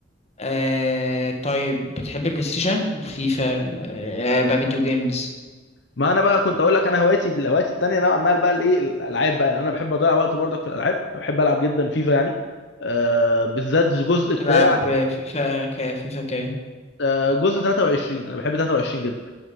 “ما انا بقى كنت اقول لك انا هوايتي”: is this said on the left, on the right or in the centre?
Left